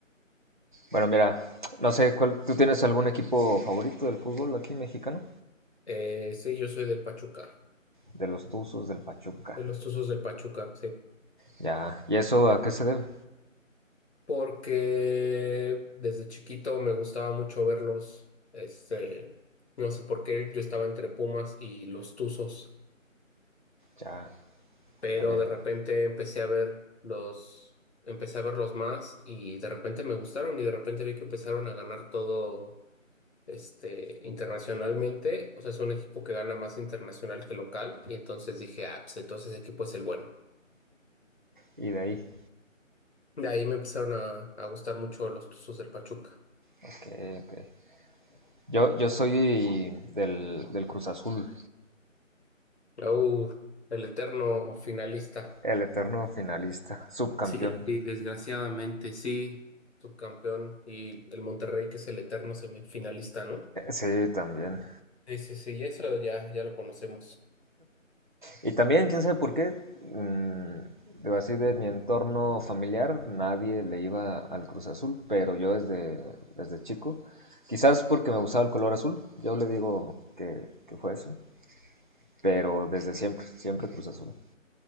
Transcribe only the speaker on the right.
Bueno, mira, no sé, cuál, ¿tú tienes algún equipo favorito del fútbol aquí mexicano?
De los Tuzos, del Pachuca.
Ya, ¿y eso a qué se debe?
Ya,
ya, ya.
Y de ahí.
Ok, ok. Yo, yo soy del, del Cruz Azul.
El eterno finalista, subcampeón.
Eh, Sí, también.
Y también, quién sabe por qué, mm, digo así de mi entorno familiar, nadie le iba al Cruz Azul, pero yo desde, desde chico, quizás porque me gustaba el color azul, yo le digo que, que fue eso, pero desde siempre, siempre Cruz Azul.